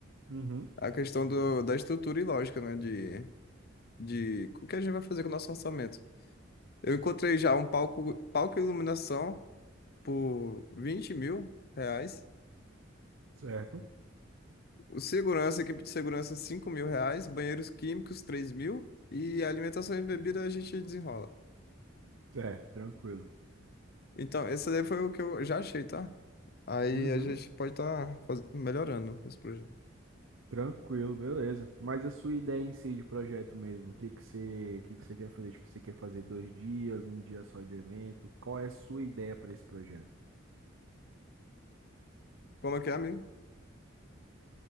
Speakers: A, on the right; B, on the left.
A: Uhum,
B: A questão do, da estrutura e lógica, né, de de o que a gente vai fazer com o nosso orçamento. Eu encontrei já um palco, palco e iluminação por 20 mil reais.
A: certo,
B: O segurança, equipe de segurança, 5 mil reais. Banheiros químicos, 3 mil. E alimentação e bebida a gente desenrola.
A: certo, tranquilo.
B: Então, esse daí foi o que eu já achei, tá? Aí
A: Uhum.
B: a gente pode estar melhorando esse projeto.
A: Tranquilo, beleza. Mas a sua ideia em si de projeto mesmo, o que que você, o que que você quer fazer? Tipo, você quer fazer dois dias, um dia só de evento? Qual é a sua ideia para esse projeto?
B: Como é que é, amigo?